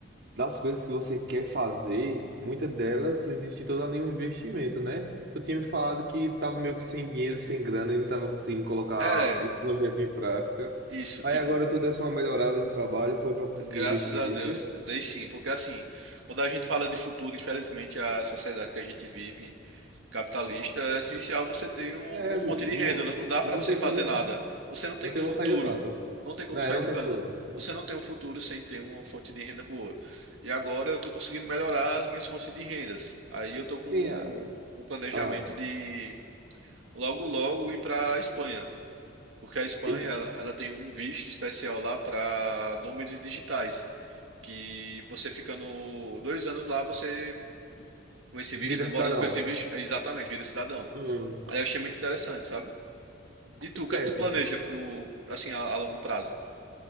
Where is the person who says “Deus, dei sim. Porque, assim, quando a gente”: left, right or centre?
Right